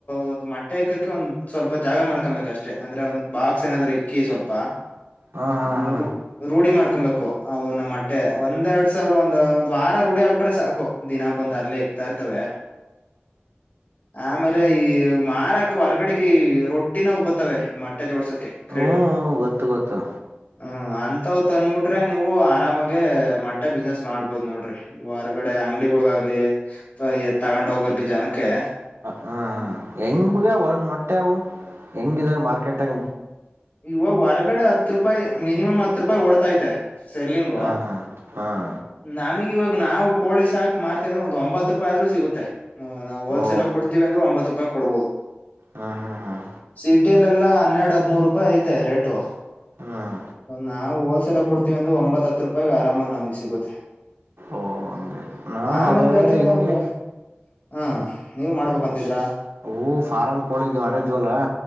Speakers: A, on the left; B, on the right.
A: ಒ್ ಮೊಟ್ಟೆ ಇಕ್ಕಕ್ಕೆ ಒಂದ್ ಸ್ವಲ್ಪ ಜಾಗ ಮಾಡ್ಕೊಬೇಕು ಅಷ್ಟೇ ಅಂದ್ರೆ ಒಂದ್ ಬಾಕ್ಸ್ ಏನಾದ್ರು ಇಕ್ಕಿ ಸ್ವಲ್ಪ
B: ಹಾಂ ಹಾಂ
A: ಹ
B: ಹಾಂ
A: ರೋಢಿ ಮಾಡ್ತ ಹಕೊಂಬಬೇಕು ಒ ನ ಮಟ್ಟೆ ಒಂದ್ ಎರಡ್ ಸಾವಿರ ಒಂದ್ ಒಂದ್ ವಾರ ರೂಡಿ ಆಕ್ಬಟ್ರೆ ಸಾಕು ದಿನ ಬಂದ ಅಲ್ಲೇ ತರ್ತವೆ ಆಮೇಲೆ ಈ ಮಾರಕ್ ಹೊರ್ಗಡೆಗೆ ರೊಟ್ಟಿನ ಬರ್ತವೆ ಮ ಜೋಡ್ಸೋಕ್ಕೆ ಕ್ರೇಟೋ
B: ಹ್ಞೂ ಗೊತ್ತು ಗೊತ್ತು
A: ಹ ಅ ಾವ್ ತಂದ್ಬಿಟ್ರೆ ನೀವು ಆರಾಮಾಗ ಮೊಟ್ಟೆ ಬಿಸ್ನೆಸ್ ಮಾಡ್ಬೋದ್ ನೋಡ್ರಿ ಹೊರ್ಗಡೆ ಅಂಗ್ಡಿಗಳಗಾಗ್ಲಿ <unintelligible> ಎ ತಗೊಂಡ್ ಹೋಗ್ಬರ್ತಿ ಜನಕ್ಕೆ
B: ಹ್ಮ್ ಹೆಂಗ್ ಬಗ ಒಂದ ಮೊಟ್ಟೆವು ಹೆಂಗಿದ ಮಾರ್ಕೆಟ್ಾಗಿ
A: ಇವಾಗ್ ಹೊರಗಡೆ ಹತ್ತು ರೂಪಾಯಿ ಮಿನಿಮಮ್ ಹತ್ ರೂಪಾಯಿ ಓಡ್ತೈತೆ.... ಸರ್ಲಿಂಗೋ
B: ಹಾಂ ಹಾಂ ಹಾಂ
A: ನಾಮಿ..... ಇವಾಗ ನಾವು ಕೋಳಿ ಸಾಕ್ ಮಾರ್ತ <unintelligible> ಒಂದ್ ಒಂಬತ್ ರೂಪಾಯಿ ಆದ್ರು ಸಿಗುತ್ತೆ ಹ ನಾವು ಹೊಲ್ಸೇಲ
B: ಓ
A: ಕೊಡ್ತವಿ ಅಂದ್ರೆ ಒಂಬತ್ ಕೊಡ್ಬೋದು
B: ಹಾಂ ಹಾಂ ಹಾಂ
A: ಸಿಟಿಯಲೆಲ್ಲ ಹನ್ನೆರಡು ಹದ್ಮೂರ್ ರೂಪಾಯಿ ಐತೆ ರೇಟು
B: ಹಾಂ
A: ನಾವು ಹೋಲ್ಸೇಲ್ ಕೊಡ್ತೀವಿಂದು ಒಂಬತ್ತ್ ಹತ್ರಪಾಯ್ ಆರಾಮಾಗ ನಮಗ್ ಸಿಗುತ್ತೆ
B: ಓ ಹಂಗೆ ನಾನು
A: ಆಮೇಲ್
B: ಅದೇ
A: ಬೇಕಾರೆೆ
B: ಹಿಂಗೆ
A: ಒಂದು ಹ ನೀವ್ ಮಾಡ್ಬೇಕಂತಿದ್ರ
B: ಓ ಫಾರಂ ಕೋಳಿದ್ ಮಾಡಿದ್ವಲ್ಲ......